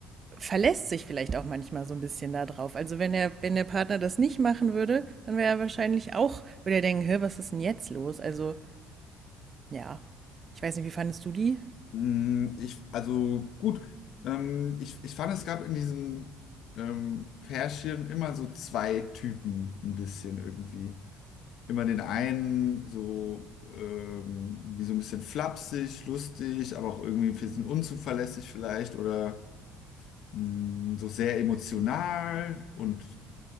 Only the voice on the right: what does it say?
verlässt sich vielleicht auch manchmal so ein bisschen da drauf. Also wenn er, wenn der Partner das nicht machen würde, dann wäre er wahrscheinlich auch, würde er denken, hör, was ist denn jetzt los? Also, ja, ich weiß nicht, wie fandest du die?